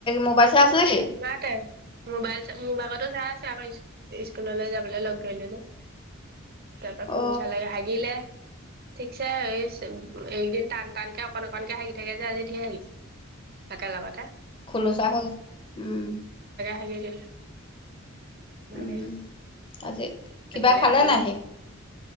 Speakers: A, on the left (about 25°); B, on the right (about 45°).
A: মোবাইল- চাই আছে নেকি
B: মতে মোবাইল মোৰ ভাগতো চাই আছে আকৌ স্কুল- স্কুললৈ যাবলৈ লগ গিলো যে- আটা
A: অ
B: ফোন চাল হাগিলে - চাই আছিল এইদিন- টান টানকে অকণ অকণকে হাগি থাকে যে আজি ধেৰ হাগিছে একেলগতে
A: খ্লো চাহব উম
B: হে দ মে
A: উম আজি কিবা
B: ভঙিলে
A: খালে
B: হাগে
A: নাই সি